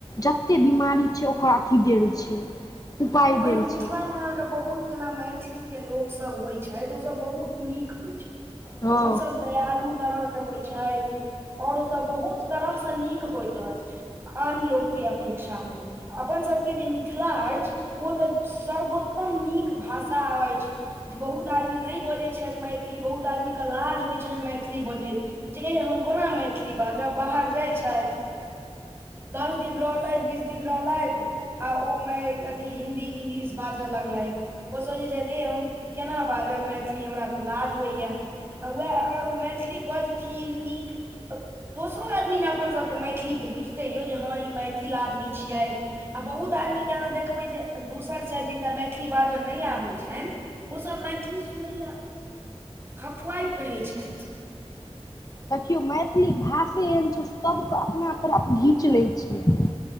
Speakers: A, on the left (about 35°); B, on the right (about 20°).
A: जतेक बीमारी छै ओकर अथी देल छै उपाय
B: हँ
A: देल
B: यौ मिथिलामे
A: छै
B: अहाँके बहुत जेना मैथिली के लोकसब होइत छइथ ओसब बहुत नीक होइत छथ
A: हँ
B: ओसब दयालु तरहके होइ छथि आओर ओसभ बहुत तरहसँ नीक होइत अछि आन लोकके अपेक्षामे अपन सबके जे मिथिला अछि ओ तऽ सर्वोत्तम नीक भाषा अछि जे बहुत आदमी नहि बजैत छथि मैथिल ी बहुत आदमी के लाज होइ छनि मैथिली बजैत जे हम कोना मैथिली बाज जो बाहर जाय छथि दस दिन रहलथि बीस दिन रहलथि आ ओमे अथी हिन्दी इंग्लिश बाजऽ लगल ह ओ सोचै छथि हे हम केना बाजब मैथिली हमरा तऽ लाज होइए आ वएह अगर ओ मैथिली बजथिन नीक दोसरो आदमी ने अपनसभके मैथिलीके बुझतै यौ जे हँ ई मैथिल आदमी छियथि आ बहुत आदमीकेँ अहाँ देखबै जे दोसर छथि जिनका मैथिली बाजय नहि आबैत छनि ओसब मैथिली सुनय लेल हफुआइत रहैत छथि
A: देखियौ मैथिली भाषे एहन छै ओ सबके अपना तरफ घीच लै छिय